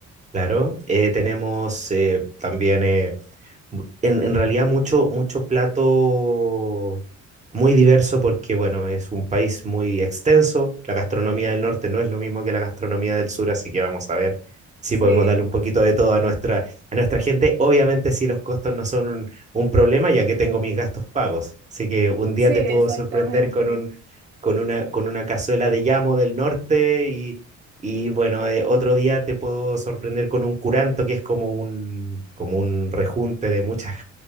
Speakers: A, on the right; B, on the right.
A: Claro, eh, tenemos eh, también, eh, mu- en, en realidad, mucho, mucho plato muy diverso porque, bueno, es un país muy extenso. La gastronomía del norte no es lo mismo que la gastronomía del sur, así que vamos a ver si
B: Sí,
A: podemos darle un poquito de todo a nuestra, a nuestra gente. Obviamente, si los costos no son un, un problema, ya que tengo mis gastos pagos. Así que un día
B: sí, exactamente.
A: te puedo sorprender con un, con una, con una cazuela de llamo del norte y y bueno, eh, otro día te puedo sorprender con un curanto, que es como un, como un rejunte de muchas